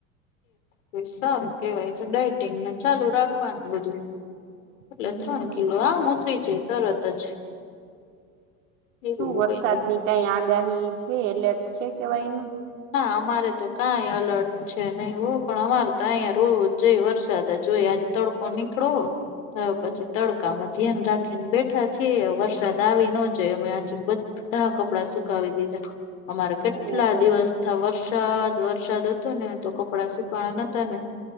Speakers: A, on the left (about 60°); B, on the right (about 55°).
A: ક સારું કેવાય તો ડઇટિંગને ચાલુ રાખવાનું બધું એટલે
B: હમ
A: ત્રણ કિલો આમ ઉતરી જાય તરત જ એવું
B: શું વરસાદની
A: હોય
B: કઈ આગાહી છે એલર્ટ છે કેવાય ન
A: ના અમારે તો કઈ અલર્ટ છે નહી હું પણ અમારે તો અહીં રવું જોઈ વરસાદ જોય આજ તડકો નીકળો થયો
B: હમ
A: પછી તડકો કામાં ધ્યાન રાખીને બેઠા છેીએ વરસાદ આવી ન જોાય અમે આજે બધા કપડાં સુકાવી દીધા અમારે કેટલા
B: ઓહો
A: રસ્થતા વરસાદ વરસાદ હતો ને તો કપડા સુકાણા નતા ને